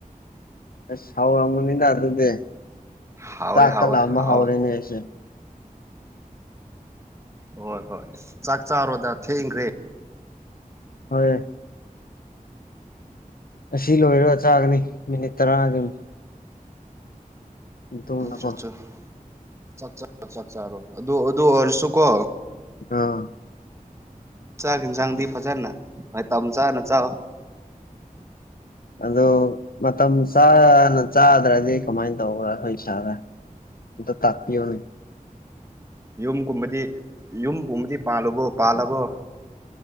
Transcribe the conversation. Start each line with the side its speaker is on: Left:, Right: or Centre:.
Left: ꯑꯁ ꯍꯥꯎꯔꯝꯒꯅꯤꯗ ꯑꯗꯨꯗꯤ
Right: ꯍꯥꯎꯋꯦ
Left: ꯆꯥꯛꯀ
Right: ꯍꯥꯎꯋꯦ
Left: ꯂꯥꯝꯕ
Right: ꯍꯥꯎꯋꯦ
Left: ꯍꯧꯔꯦꯅꯦ ꯑꯩꯁꯦ
Right: ꯍꯣꯏ ꯍꯣꯏ ꯆꯥꯛ ꯆꯥꯔꯣꯗ ꯊꯦꯡꯈ꯭ꯔꯦ
Left: ꯍꯣꯏ ꯑꯁꯤ ꯂꯣꯏꯔ ꯆꯥꯒꯅꯤ ꯃꯤꯅꯤꯠ ꯇꯔꯥ ꯗꯨꯝ ꯃꯇꯨꯡꯗꯀꯣ
Right: ꯑꯆꯥ ꯆꯥ ꯆꯥꯛ ꯆꯥꯔꯣ ꯆꯥꯛ ꯆꯥꯔꯣ ꯑꯗꯨ ꯑꯗꯨ ꯑꯣꯏꯔꯁꯨꯀꯣ
Left: ꯑꯥ
Right: ꯆꯥꯛ ꯍꯦꯟꯖꯥꯡꯗꯤ ꯐꯖꯟꯅ ꯃꯇꯝ ꯆꯥꯅ ꯆꯥꯎ
Left: ꯑꯗꯣ ꯃꯇꯝ ꯆꯥꯅ ꯆꯥꯗ꯭ꯔꯗꯤ ꯀꯃꯥꯏꯅ ꯇꯧꯕ ꯑꯈꯣꯏ ꯏꯁꯥꯗ ꯑꯝꯇꯥ ꯇꯥꯛꯄꯤꯌꯣꯍꯦ
Right: ꯌꯨꯝꯀꯨꯝꯕꯗꯤ ꯌꯨꯝꯕꯨꯝꯕꯗꯤ ꯄꯥꯜꯂꯕꯣ ꯄꯥꯜꯂꯕꯣ